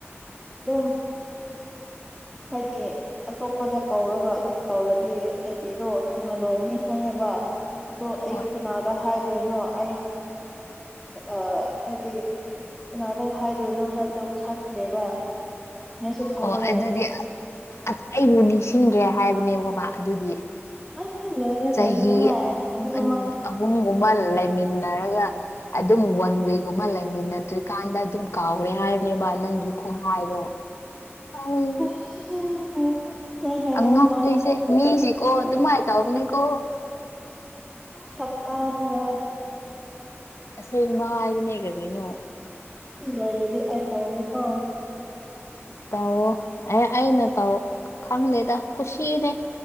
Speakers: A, in the centre; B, on the left.
A: ꯑꯗꯨꯝ ꯍꯥꯏꯗꯤ ꯑꯇꯣꯞꯄꯗ ꯀꯧꯔꯒ ꯑꯗꯨꯝ ꯇꯧꯔꯗꯤ ꯑꯩꯒꯤꯗꯣ ꯊꯨꯅ ꯂꯣꯏꯔꯅꯤ ꯈꯪꯉꯦꯕ ꯑꯗꯣ ꯑꯩ
B: ꯍꯣꯏ
A: ꯀꯅꯥꯗ ꯍꯥꯏꯗꯣꯏꯅꯣ ꯑꯩ ꯑ ꯍꯥꯏꯗꯤ ꯀꯅꯥꯗ ꯍꯥꯏꯗꯣꯏꯅꯣ ꯍꯥꯏꯕꯗꯣ ꯈꯪꯗꯦꯕ ꯑꯩꯁꯨ ꯈꯜꯂꯒ
B: ꯑꯣ ꯑꯗꯨꯗꯤ
A: ꯂꯩꯕꯅꯦ
B: ꯑ ꯑꯩꯕꯨ ꯅꯤꯡꯁꯤꯡꯗ꯭ꯔꯦ ꯍꯥꯏꯕꯅꯦꯕꯀꯣ ꯃꯥ ꯑꯗꯨꯗꯤ
A: ꯑ ꯂꯣꯏꯔꯦ
B: ꯆꯍꯤ
A: ꯂꯣꯏꯔꯦ ꯍꯣꯏ
B: ꯑꯍꯨꯝ
A: ꯑꯩꯅ
B: ꯑꯍꯨꯝꯒꯨꯝꯕ ꯂꯩꯃꯤꯟꯅꯔꯒ ꯑꯗꯨꯝ ꯋꯥꯟ ꯋꯦꯒꯨꯝꯕ ꯂꯩꯃꯤꯟꯅꯗ꯭ꯔꯤꯀꯥꯟꯗ ꯑꯗꯨꯝ ꯀꯥꯎꯔꯦ ꯍꯥꯏꯕꯅꯦꯕ ꯅꯪꯒꯤ ꯈꯨꯣꯡꯅꯥꯥꯏꯗꯣ <unintelligible>
A: <unintelligible> ꯍꯥꯏꯅꯤꯡꯕ
B: ꯑꯉꯛꯄꯤꯁꯦ ꯃꯤꯁꯤꯀꯣ ꯑꯗꯨꯃꯥꯏ ꯇꯧꯕꯅꯦꯀꯣ
A: ꯁꯛꯇꯥꯗꯨꯒ
B: ꯑꯁꯦꯡꯕ ꯍꯥꯏꯕꯅꯦ ꯀꯔꯤꯅꯣ
A: ꯁꯤ ꯂꯣꯏꯔꯗꯤ ꯑꯩ ꯇꯧꯒꯦꯀꯣ
B: ꯇꯧ ꯑꯦ ꯑꯩꯅ ꯇꯧ ꯈꯪꯗꯦꯗ ꯈꯨꯨꯁꯤꯅꯦ